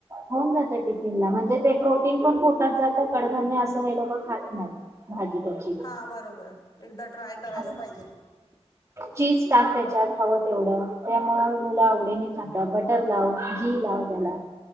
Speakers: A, on the right (about 30°); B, on the left (about 45°).
A: होऊन जाते टिफिन ला म्हणजे ते प्रोटीन पण फटात जात कडधान्य असं हे लोकं खात नायत. भाजी त्याची.
B: हा बरोबर एकदा ट्राय करायला
A: असं
B: पाहिजेल.
A: चीज टाक त्याच्यात हवं तेवढं त्यामुळं मुलं आवडीन खातात बटर लाव. घी लाव त्याला